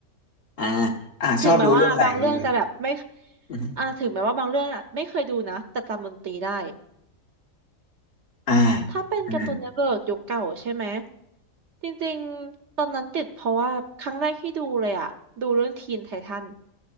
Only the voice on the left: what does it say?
อ่าอ่าชอบดูเรื่องอะไรอย่างนี้เหรอ
อืม
อ่า
อ่า